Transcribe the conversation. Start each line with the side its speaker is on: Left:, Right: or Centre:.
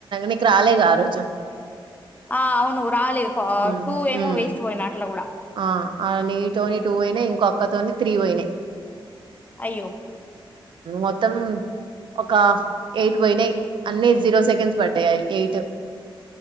Right: నీకు రాలేగా ఆ రోజు
Left: ఆ అవును రాలేదు
Right: ఉమ్
Left: టూ ఏమో
Right: ఉమ్
Left: వేస్ట్ పోయినా అట్ల కూడా
Right: ఆ ఆ నీతోటి టూ పోయినాయి ఇంకో అక్క తోనే త్రీ పోయినాయి
Left: అయ్యో
Right: మొత్తం ఒక ఎయిట్ పోయినాయి జీరో సెకండ్స్ పడ్డాయయి ఎయిట్